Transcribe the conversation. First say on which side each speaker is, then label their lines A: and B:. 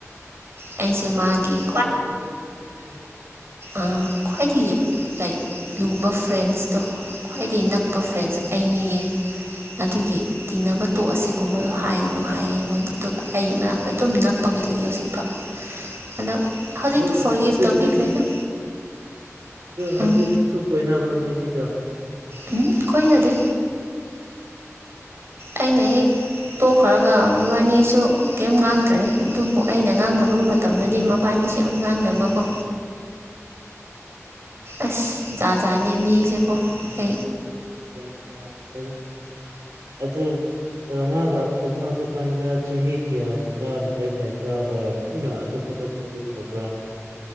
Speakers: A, on the right (about 50°); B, on the right (about 85°).
A: ꯑꯩꯁꯦ ꯃꯥꯒꯤ
B: ꯖꯠꯖꯠꯅꯤꯗ ꯃꯤꯁꯦ
A: ꯑ ꯈ꯭ꯋꯥꯏꯗꯒꯤ ꯂꯩ ꯂꯨꯕ ꯐ꯭ꯔꯦꯟꯁꯇꯣ ꯈ꯭ꯋꯥꯏꯗꯒꯤ ꯅꯛꯄ ꯐ꯭ꯔꯦꯟꯁ ꯑꯩꯅꯦꯌꯦ ꯑꯗꯨꯗꯤ ꯇꯤꯅꯕ ꯇꯣꯛꯑꯁꯦꯒꯨꯝꯕꯗꯣ ꯍꯥꯏꯒꯅꯨ ꯍꯥꯏꯌꯦ ꯑꯩꯉꯣꯟꯗ ꯑꯗꯨꯒ ꯑꯩꯒꯤ ꯃꯅꯥꯛꯇ ꯑꯗꯨꯝ ꯅꯞꯄꯒ ꯂꯩ ꯍꯧꯖꯤꯛꯐꯥꯎ ꯑꯗꯣ ꯍꯧꯖꯤꯛꯇꯤ
B: ꯑꯗꯣ
A: ꯐꯣꯔꯒꯤꯞ
B: ꯍꯧꯖꯤꯛ
A: ꯇꯧꯕꯤꯈ꯭ꯔꯦꯗ
B: ꯑꯗꯨ ꯍꯧꯖꯤꯛꯁꯨ
A: ꯎꯝ
B: ꯀꯣꯏꯅꯕ꯭ꯔꯥ ꯃꯣꯏ ꯑꯅꯤꯗꯣ
A: ꯎꯝ ꯀꫭꯏꯅꯗꯦ ꯑꯩꯅ ꯍꯦꯛ ꯇꯣꯛꯈ꯭ꯔꯒ ꯃꯕꯥꯅꯤꯁꯨ ꯀꯩꯝ ꯉꯥꯡꯗ꯭ꯔꯦ ꯑꯗꯨꯕꯨ ꯑꯩꯅ ꯉꯥꯡꯅꯕ ꯃꯇꯝ ꯃꯇꯝꯗꯗꯤ ꯃꯕꯥꯟꯅꯤꯁꯦ ꯌꯥꯝ ꯉꯥꯡꯅꯕ ꯀꯣ ꯑꯁ ꯖꯥꯠꯖꯥꯠꯅꯦ ꯃꯤꯁꯦꯀꯣ ꯍ
B: ꯌꯥꯟ ꯇꯥꯗ꯭ꯔꯦꯗ ꯑꯗꯨꯒ ꯃꯥꯒ ꯇꯣꯛꯅꯕ ꯀꯥꯟꯗ ꯆꯍꯤ ꯀꯌꯥꯒꯨꯝꯕ ꯕ꯭ꯔꯦꯛ ꯂꯩꯕ꯭ꯔꯥ ꯑꯣꯔ ꯊꯨꯅ ꯑꯇꯣꯞꯄꯗ ꯀꯣꯏꯈ꯭ꯔꯕ꯭ꯔꯥ